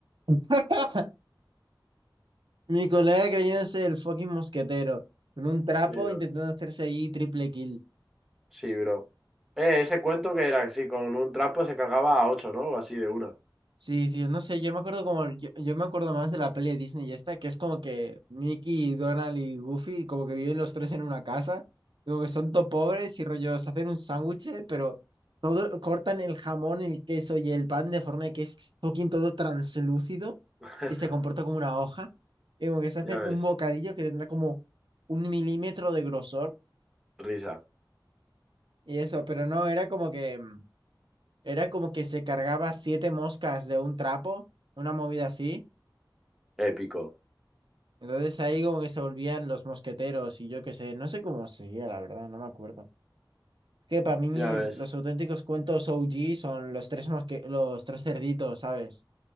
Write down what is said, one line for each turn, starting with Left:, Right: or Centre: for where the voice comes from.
Right: <laughs> Mi colega creyéndose el fucking mosquetero. Con un trapo
Centre: Sí, bro.
Right: intentando hacerse ahí triple kill.
Centre: Sí, bro. Eh, ese cuento que era así, con un trapo se cagaba a ocho, ¿no? O así de una.
Right: Sí, sí, no sé, yo me acuerdo como, yo, yo me acuerdo más de la peli de Disney y esta, que es como que Mickey, Donald y Goofy como que viven los tres en una casa, y como que son todo pobres y rollo, se hacen un sándwich, pero todo, cortan el jamón, el queso y el pan de forma que es fucking todo translúcido
Centre: <laughs>
Right: y se comporta como una hoja, y como que se hace
Centre: Ya
Right: un
Centre: ves.
Right: bocadillo que tendrá como un milímetro de grosor
Centre: Risa.
Right: y eso, pero no, era como que, era como que se cargaba siete moscas de un trapo, una movida así
Centre: Épico.
Right: Entonces ahí como que se volvían los mosqueteros y yo qué sé, no sé cómo seguía, la verdad, no me acuerdo. que para mí
Centre: Ya ves.
Right: los auténticos cuentos OG son los tres mosque los tres cerditos, ¿sabes?